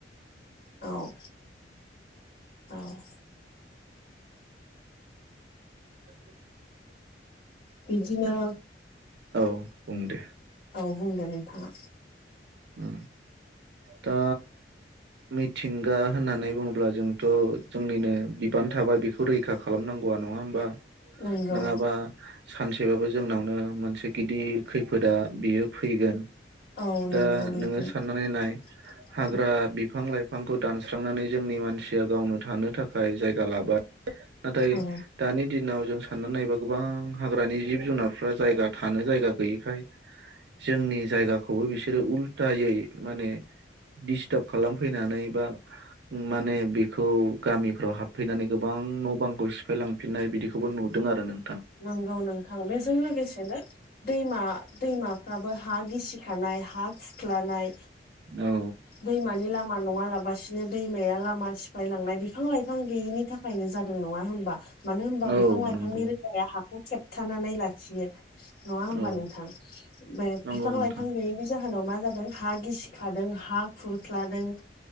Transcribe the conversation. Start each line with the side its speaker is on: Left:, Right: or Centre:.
Left: औ औ।
Right: <inaudible>
Left: बिदिनो
Right: औ बुं दे।
Left: औ बुंदो नोंथाङा।
Right: उम दा मिथिंगा होननानै बुङोब्ला जोंथ' जोंनिनो बिबान थाबाय बेखौ रैखा खालाम नांगौ नङा हमबा
Left: नंगौ
Right: नङाबा सानसेबाबो जोंनावनो मोनसे गिदिर खैफोदा बियो फैगोन।
Left: औ नंगौ
Right: दा
Left: नोंथां
Right: नोङो साननानै नाय
Left: <inaudible>
Right: हाग्रा बिफां लाइफांखौ दानस्रांनानै जोंनि मानसिया गावनो थानो थाखाय जायगा लाबाय। नाथाय
Left: औ
Right: दानि दिनाव जों साननानै नायोबा गोबां हाग्रानि जिब जुनारफ्रा जायगा थानो जायगा गैयिखाय जोंनि जायगाखौबो बिसोरो उल्थायायै माने दिस्टार्ब खालामफैनानै बा माने बेखौ गामिफ्राव हाबफैनानै गोबां न' बांखौ सिफायलांफिननाय बिदिखौबो नु दों आरो नों
Left: नंगौ नोंथां बेजों लोगोसेनो दैमा दैमाफ्राबो हा गिसि खानाय हा खुख्लानाय
Right: औ
Left: दैमानि लाम मा नङालाबासिनो दैमाया लामा सिफ्लाय लांनाय बिफां लाइफां गैयिनि थाखायनो जादों नङा होमबा? मानो होनबा
Right: औ
Left: बिफां लाइफांनि
Right: नंगौ
Left: रोदाया हाखौ खेबथानानै लाखियो। नङा होमबा
Right: औ
Left: नोंथां बे
Right: नंगौ
Left: बिफां
Right: नोंथां
Left: लाइफां गैयैनि जाहो होनाव मा जादों हा गिसिखादों हा खुरख्लादों